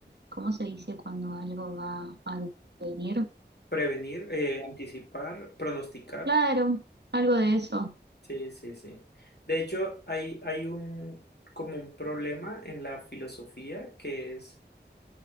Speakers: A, on the right; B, on the left.
A: ¿cómo se dice cuando algo va a venir?
B: prevenir, eh, anticipar, pronosticar.
A: Claro, algo de eso,
B: Sí, sí, sí. De hecho, hay, hay un como un problema en la filosofía que es